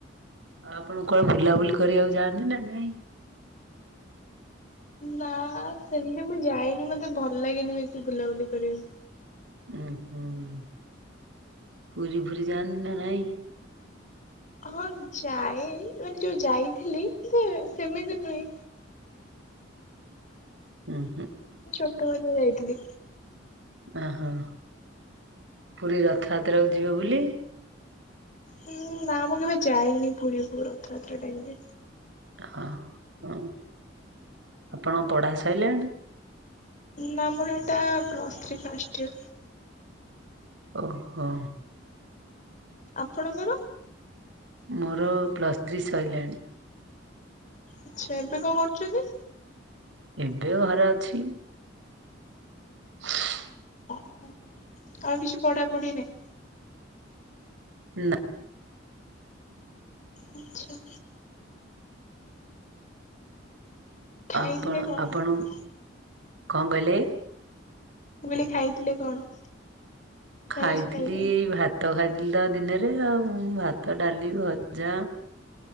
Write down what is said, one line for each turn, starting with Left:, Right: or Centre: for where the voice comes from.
Right: ଆଉ ଆପଣ କୁଆଡେ ବୁଲାବୁଲି କରିବାକୁ ଯାଆନ୍ତି ନା ନାହିଁ।
Left: ନା ସେମିତି ମୁଁ ଯାଏନି ମତେ ଭଲ ଲାଗେନି ବେଶୀ ବୁଲାବୁଲି କରିବାକୁ।
Right: ଉ ହୁଁ ପୁରୀ ଫୁରି ଯାନ୍ତି ନା ନାଇଁ?
Left: ହଁ ଯାଏ ମାନେ ଯୋଉ ଯାଇଥିଲି କିନ୍ତୁ ସେମିତି ନୁହେଁ।
Right: ହୁଁ ହୁଁ
Left: ଛୋଟବେଳେ ଯାହା ଯାଇଥିଲି
Right: ଓ ହୋ। ପୁରୀ ରଥଯାତ୍ରାକୁୁ ଯିବେ ବୋଲି
Left: ହୁଁ ନା ମୁଁ କେବେ ଯାଇନି ପୁରୀକୁ ରଥଯାତ୍ରା ଟାଇମ ରେ।
Right: ହ ହ ଆପଣ ଙ୍କ ପଢା ସଇଲାଣି?
Left: ନ ମର ଏଟା ପ୍ଲସ୍ ଥ୍ରୀ ଫାଷ୍ଟ ୟର।
Right: ଓ ହଁ।
Left: ଆପଣଙ୍କର?
Right: ମୋର ପ୍ଲସ୍ ଥ୍ରୀ ସରିଲାଣି।
Left: ଆଚ୍ଛା ଏବେ କଣ କରୁଛନ୍ତି?
Right: ଏବେ ଘରେ ଅଛି। <inaudible>
Left: ଓ ଆଉ କିଛି ପଢା ପଢି ନାହିଁ?
Right: ନା
Left: ମିଛ ଖାଇଥିଲେ
Right: ଆପଣ
Left: କଣ?
Right: ଆପଣ
Left: ମୁଁ
Right: କଣ କହିଲେ?
Left: କଇଲି ଖାଇଥିଲେ କଣ?
Right: ଖାଇଥିଲି
Left: ନା କିଛି ଖାଇନାହାନ୍ତି
Right: ଭା ଭାତ ଖାଇଥିଲିତ ଦିନରେ ଆଉ ଭାତ ଡ଼ାଲି ଭଜା।